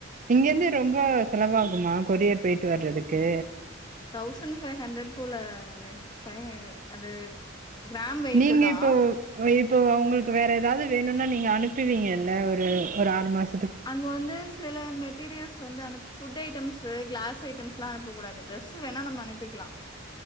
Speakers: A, on the right; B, on the left.
A: இங்கெந்து ரொம்ப செலவாகுமா கொரியர் போய்ட்டு வர்றதுக்கு
B: தௌசண்ட் ஃபை ஹண்ட்ரட் போல நென ஃபை அது கிராம் வெயிட்டு
A: நீங்க
B: தான்.
A: இப்போ இப் போ அவுங்ளுக்கு வேற எதாவ்து வேணுன்னா நீங்க அனுப்புவீங்கல்ல ஒரு ஒரு ஆறு மாச
B: அங்க வந்து சில மெட்டீரியல்ஸ் வந்து அனு ஃபுட் ஐ ட்டம்ஸு க்ளாஸ் ஐட்டம்ஸ்லா அனுப்பக்கூடாது டிரெஸ்ஸு வேணா நம்ம அனுப்பிக்லா